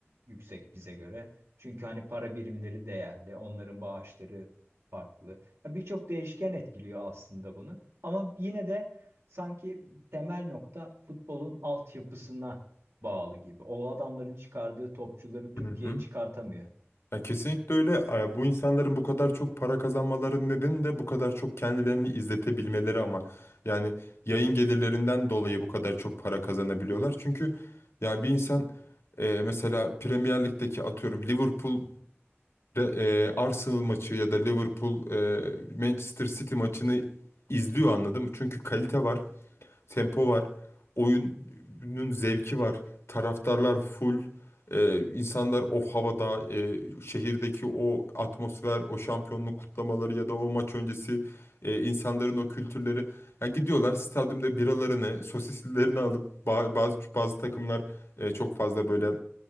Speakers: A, on the right (about 80°); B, on the left (about 75°).
A: yüksek bize göre. Çünkü hani para birimleri değerli, onların bağışları farklı. Ya Birçok değişken etkiliyor aslında bunu. Ama yine de sanki temel nokta futbolun altyapısına bağlı gibi. O adamların çıkardığı topçuları Türkiye
B: hı hı.
A: çıkartamıyor.
B: Ya kesinlikle öyle. E, Bu insanların bu kadar çok para kazanmalarının nedeni de bu kadar çok kendilerini izletebilmeleri ama. Yani yayın gelirlerinden dolayı bu kadar çok para kazanabiliyorlar. Çünkü ya bir insan e, mesela Premier Lig'deki atıyorum Liverpool e, Arsenal maçı ya da Liverpool e, Manchester City maçını izliyor anladın mı? Çünkü kalite var tempo var. Oyunun zevki var. Taraftarlar full. Ee, insanlar o havada, e, şehirdeki o atmosfer, o şampiyonluk kutlamaları ya da o maç öncesi e, insanların o kültürleri. Yani gidiyorlar stadyumda biralarını, sosislilerini alıp ba- bazı bazı takımlar e, çok fazla böyle